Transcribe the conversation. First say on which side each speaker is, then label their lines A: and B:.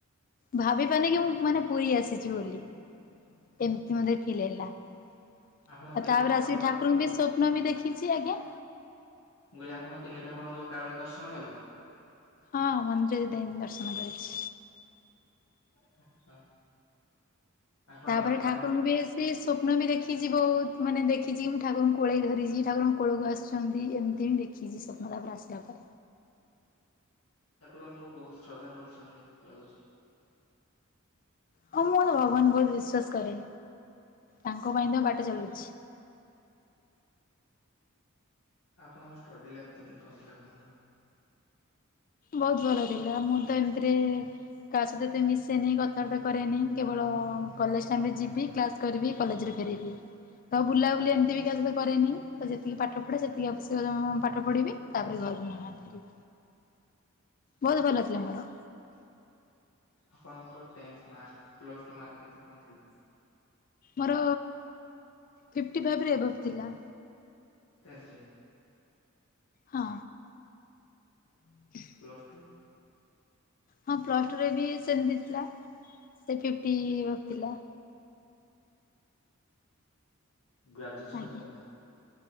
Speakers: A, on the left (about 40°); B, on the left (about 85°).
A: ଭାବି ପାରୁନି କି ମୁଁ ମାନେ ପୁରୀ ଆସିଛି ବୋଲି। ଏମିତି ମୋତେ ଫିଲ୍ ହେଲା ଆଉ
B: ଆପଣ ତିନି
A: ତାପରେ
B: ଠାକୁରଙ୍କ
A: ଆସିକି ବି ଠାକୁରଙ୍କୁ
B: ଦର୍ଶନ କଲେ
A: ବି ପୂର୍ଣ୍ଣମୀ ଦେଖିଛି ଆଜ୍ଞା।
B: ମୁଁ କହିଲି ଆପଣ ତିିନିଠାକୁରଙ୍କୁ ଏକାବେଳେ ଦର୍ଶନ କଲେ?
A: ହଁ ମନ୍ଦିରରେ ଯାଇ ଦର୍ଶନ କରିଛି।
B: ଆଚ୍ଛା। ଆପଣଙ୍କ
A: ତାପରେ
B: ଫ୍ୟାମିଲି
A: ଠାକୁରଙ୍କୁ ବି ସେ ସ୍ୱପ୍ନ ବି ଦେଖିଛି ବହୁତ ମାନେ ଦେଖିଛିି। ମୁଁ ଠାରଙ୍କୁ କୋଳେଇକି ଧରିଛି ଠାକୁରଙ୍କ କୋଳକୁ ଆସିଛନ୍ତି, ଏମିତି କିଛି ସ୍ବପ୍ନ ତାପରେ ଆସିଲା ପା।
B: ଠାକୁରଙ୍କୁ ବହୁତ ଶ୍ରଦ୍ଧା କରୁଛନ୍ତି ଲାଗୁଛି।
A: ହଁ ମୁଁ ତ ଭଗବାନଙ୍କୁ ବହୁତ ବିଶ୍ଵାସ କରେ ତାଙ୍କ ପାଇଁ ତ ବାଟ ଚାଲୁଛି।
B: ଆପଣଙ୍କ ଷ୍ଟଡି ଲାଇଫ କେମିତି କଣ ଥିଲା କୁହନ୍ତ?
A: ବହୁତ ଭଲଥିଲା ମୁଁ ତ ଏମିତିରେ କା ସହିତ ଏତେ ମିଶେନି କଥାବାର୍ତ୍ତା କରେନି କେବଳ କଲେଜ ଟାଇମ୍ରରେ ଯିବି କ୍ଲା କରିବି କଲେଜ ରେ ଫେରିବି। ତ ବୁଲାବୁଲି ଏମିତି ବି କାହା ସହିତ କରେନି, ତ ଯେତିକି ପାଠ ପଢେ ସେତିକି ଆବଶ୍ୟ ପାଠ ପଢ଼ିବି ତାପରେ ଘରକୁ ମୁଁ ଆସେ। ବହୁତ ଭଲ ଥିଲା ମୋର।
B: ଆପଣଙ୍କ tenth mark, plus two mark କେତେ କଣ ଥିଲା?
A: ମୋର ଫିଫ୍ଟି ଫାଇଭରେ ଏଭଭ୍ ଥିଲା।
B: ଟେନ୍ଥ।
A: ହଁ। ହଁ
B: ପ୍ଲସ୍ ଟୁ।
A: ହଁ ପ୍ଲସ ଟୁରେ ବି ସେମିତି ଥିଲା ସେ ଫିଫଟି ଥିଲା।
B: ଗ୍ରାଜୁଏସନ
A: ଆଜ୍ଞା।
B: କଣ?